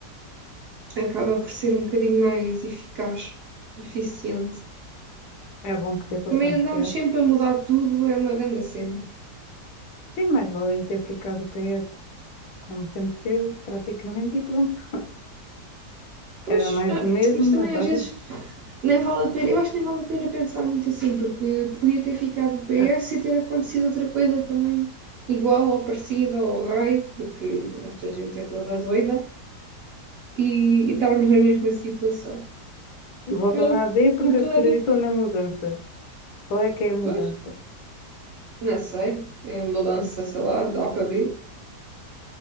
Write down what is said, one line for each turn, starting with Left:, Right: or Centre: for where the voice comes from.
Right: acaba por ser um bocadinho mais eficaz, eficiente.
Left: É, é bom que dê para
Right: Também
Left: confiar.
Right: andámos sempre a mudar tudo, é uma grande cena.
Left: Sim, mas valia ter ficado PS, como sempre teve, praticamente, e pronto.
Right: Pois,
Left: Era mais
Right: ah,
Left: do mesmo,
Right: mas também
Left: mas olha,
Right: às vezes nem vale a pena, eu acho que nem vale a pena pensar muito assim, porque podia ter ficado o PS
Left: eh,
Right: e ter acontecido outra coisa também igual ou parecida ao rei, porque esta gente é toda doida, e, e estarmos na mesma situação.
Left: voltou
Right: É
Left: na
Right: um
Left: AD porque
Right: um bocado
Left: acreditou na mudança. Qual é que é a mudança?
Right: Pois, não sei. É a mudança, sei lá, de A para B.